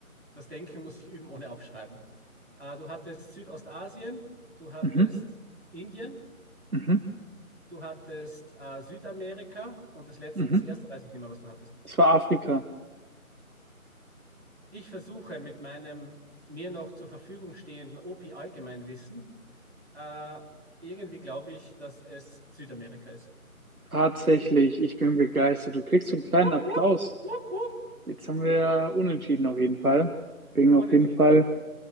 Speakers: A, on the right; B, on the right.
A: Das Denken muss ich üben, ohne aufschreiben. Ah, du hattest Südostasien, du hattest
B: Mhm,
A: Indien.
B: mhm,
A: Du hattest äh, Südamerika und das letzte,
B: mhm.
A: das erste weiß ich nicht mehr, was du hattest.
B: Es war Afrika.
A: Ich versuche mit meinem mir noch zur Verfügung stehenden OP-Allgemeinwissen, äh, irgendwie glaube ich, dass es Südamerika ist.
B: Tatsächlich, ich bin begeistert. Du kriegst so einen kleinen
A: Wupp,
B: Applaus.
A: wupp, wupp, wupp.
B: Jetzt haben wir unentschieden auf jeden Fall. Bin
A: Unentschieden.
B: auf jeden Fall